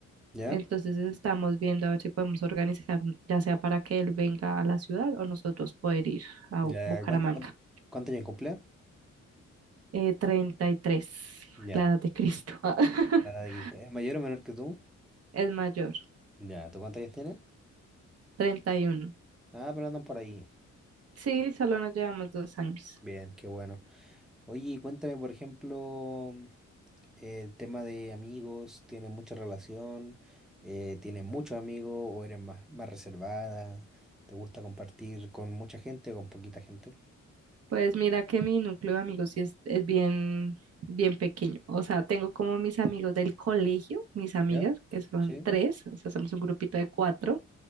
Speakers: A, in the centre; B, on the right (about 55°).
A: ¿Ya?
B: entonces estamos viendo a ver si podemos organizar, ya sea para que él venga a la ciudad o nosotros poder ir a
A: Ya,
B: Bucaramanga.
A: ¿cuánto, cuánto, cuánto años cumple?
B: Eh, treinta y tres,
A: Ya.
B: la edad de Cristo. <laughs>
A: Ah, de que- ¿Es mayor o menor que tú?
B: Es mayor,
A: Ya, ¿tú cuántos años tienes?
B: Treinta y uno,
A: Ah, pero andan por ahí.
B: Sí, solo nos llevamos dos años.
A: Bien, qué bueno. Oye, y cuéntame, por ejemplo, el tema de amigos, ¿tienes mucha relación? Eh, ¿tienes muchos amigos o eres más, más reservada? ¿Te gusta compartir con mucha gente o con poquita gente?
B: Pues mira que mi núcleo de amigos sí es, es bien, bien pequeño. O sea, tengo como mis amigos del colegio, mis amigas,
A: ¿Ya?
B: que son
A: Sí.
B: tres, o sea, somos un grupito de cuatro.